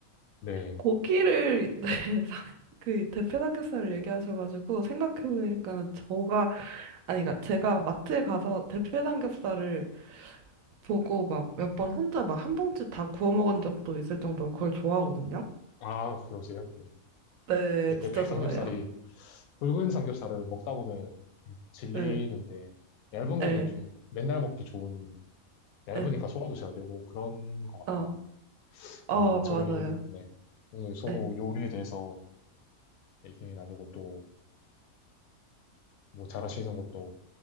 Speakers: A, on the left; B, on the right.
A: 네.
B: 고기를 <laughs> 네, 상- 그 대패 삼겹살을 얘기하셔가지고 생각해보니까는 저가 아니 그러니까 제가 마트에 가서 대패 삼겹살을 보고 막 몇 번 혼자 막 한 봉지 다 구워 먹은 적도 있을 정도로 그걸 좋아하거든요.
A: 아, 그러세요? 네.
B: 네,
A: 이게 대패
B: 진짜 좋아해요.
A: 삼겹살이, 굵은 삼겹살을 먹다 보면 좀 질리는데,
B: 네,
A: 얇은
B: 네,
A: 건데 좀 맨날 먹기 좋은, 얇으니까
B: 네,
A: 소화도 잘 되고 그런 것
B: 어,
A: 같더라고요.
B: 어,
A: 아, 네, 저희,
B: 맞아요.
A: 네. 오늘 서로
B: 네,
A: 요리에 대해서 얘기 나누고 또 뭐 잘하시는 것도